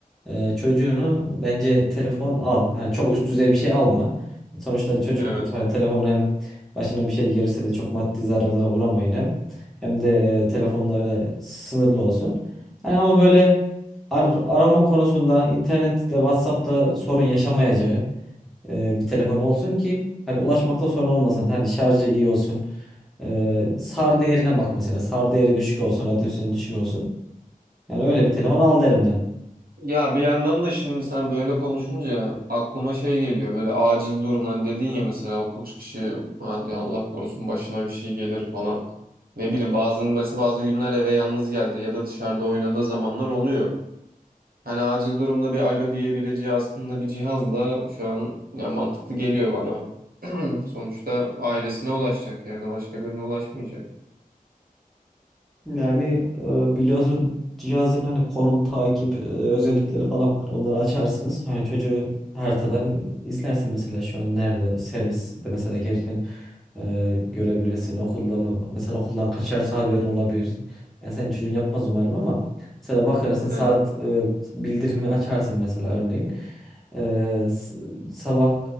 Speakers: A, in the centre; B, on the right.
A: e, çocuğunu bence telefon al. Hani çok üst düzey bir şey alma. Sonuçta çocuktur.
B: evet.
A: Hani telefonu hem başına bir şey gelirse de çok maddi zararlara uğramayın hem. Hem de e, telefonda öyle sınırlı olsun. Hani ama böyle ar- arama konusunda internette, WhatsApp'ta sorun yaşamayacağı e, bir telefon olsun ki hani ulaşmakta sorun olmasın. Hani şarjı iyi olsun. E, SAR değerine bak mesela. SAR değeri düşük olsun, radyasyon düşük olsun. Yani öyle bir telefon al derim ben.
B: Ya bir yandan da şimdi sen böyle konuşunca aklıma şey geliyor böyle acil durumdan dedin ya mesela okul çıkışı hadi Allah korusun başına bir şey gelir falan. Ne bileyim bazı mesela bazı günler eve yalnız geldi ya da dışarıda oynadığı zamanlar oluyor. Hani acil durumda bir alo diyebileceği aslında bir cihazla şu an ya mantıklı geliyor bana. <clears throat> Sonuçta ailesine ulaşacak yani başka birine ulaşmayacak.
A: Yani e, biliyorsun cihazın hani konum takip e, özellikleri falan var. Onları açarsınız. Hani çocuğu haritadan izlersin mesela şu an nerede o servis de mesela gelirken e, görebilirsin. Okulda mı mesela okuldan kaçarsa haberin olabilir. Yani sen çocuğun yapmaz umarım ama mesela bakarsın
B: He,
A: saat e, bildirimi açarsın mesela örneğin. E, s- sabah